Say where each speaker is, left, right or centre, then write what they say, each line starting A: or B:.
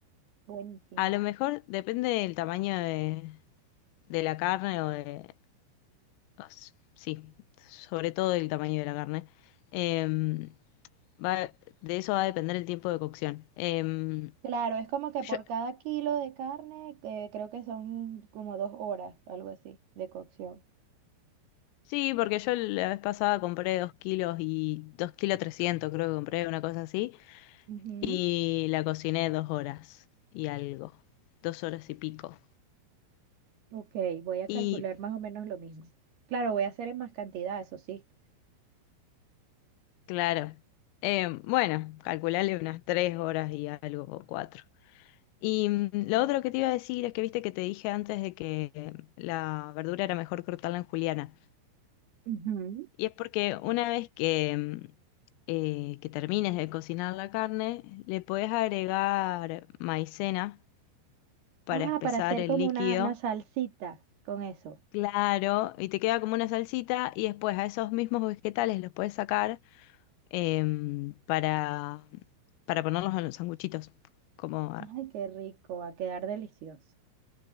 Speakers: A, on the right; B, on the left.
A: Buenísimo.
B: A lo mejor depende del tamaño de, de la carne o de... o s- Sí, sobre todo del tamaño de la carne. Em, Va, de eso va a depender el tiempo de cocción. Em,
A: Claro, es como que
B: yo-
A: por cada kilo de carne, eh, creo que son como dos horas, algo así, de cocción.
B: sí, porque yo la vez pasada compré 2 kilos y 2 kilos 300 creo que compré una cosa así,
A: Ujú.
B: y la cociné dos horas y algo, dos horas y pico.
A: Ok, voy a
B: Y
A: calcular más o menos lo mismo. Claro, voy a hacer en más cantidad, eso sí.
B: claro, em, bueno, calcularle unas 3 horas y algo o 4. Y mm, lo otro que te iba a decir es que viste que te dije antes de que eh, la verdura era mejor cortarla en juliana.
A: Ujú.
B: Y es porque una vez que, mm, eh, que termines de cocinar la carne, le podés agregar maicena para
A: Ah,
B: espesar
A: para hacer
B: el
A: como
B: líquido,
A: una, una salsita con eso.
B: claro, y te queda como una salsita y después a esos mismos vegetales los puedes sacar em, para, para ponerlos en los sanguchitos. Como, ah,
A: Ay, qué rico, va a quedar delicioso,